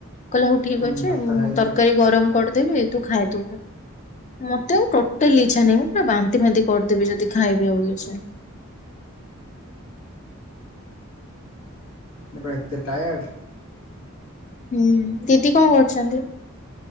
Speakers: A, on the left; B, on the left.
A: କହିଲା ହଉ ଠିକ୍
B: ହୁଁ
A: ଅଛି
B: ଭାତ
A: ମୁଁ
B: ଖାଇଦିଅ।
A: ତର୍କାରୀ ଗରମ କରିଦେବି ତୁ ଖାଇଦବୁ। ମତେ ଆଉ ଟୋଟାଲି ଇଛା ନାଇଁ ପୁରା ବାନ୍ତି ଫାନ୍ତି କରିଦେବି ଯଦି ଖାଇବି ଆଉ କିଛି।
B: କଁ ପାଇଁ ଏତେ ଟାୟାଡ୍?
A: ହୁଁ ଦିଦି କଣ କରୁଚନ୍ତି?